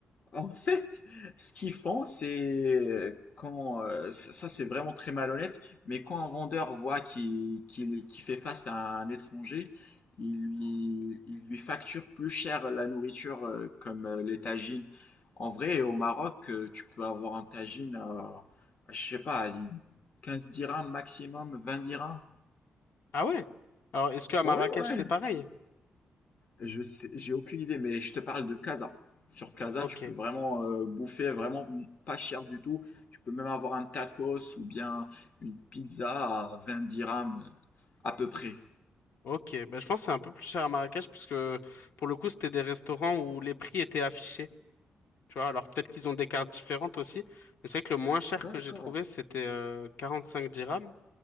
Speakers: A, on the left; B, on the left.
A: en fait, ce qu'ils font, c'est quand euh, ça ça, c'est vraiment très malhonnête, mais quand un vendeur voit qu'il qu'il- qu'il fait face à un étranger, il lui, il lui facture plus cher la nourriture euh, comme euh, les tagines. En vrai, au Maroc, euh, tu peux avoir un tagine à, à, je sais pas, à les 15 dirhams maximum, 20 dirhams.
B: Ah ouais? Alors, est-ce qu'à
A: Ouais,
B: Marrakech,
A: ouais,
B: c'est pareil?
A: Je sais, j'ai aucune idée, mais je te parle de Casa. Sur Casa,
B: Ok.
A: tu peux vraiment euh, bouffer vraiment pas cher du tout. Tu peux même avoir un tacos ou bien une pizza à 20 dirhams euh, à peu près.
B: Ok. Bah, je pense que c'est un peu plus cher à Marrakech parce que pour le coup, c'était des restaurants où les prix étaient affichés. Tu vois, alors peut-être qu'ils ont des cartes différentes aussi. Mais c'est vrai que le moins cher
A: D'accord,
B: que j'ai trouvé, c'était euh, cinq dirhams.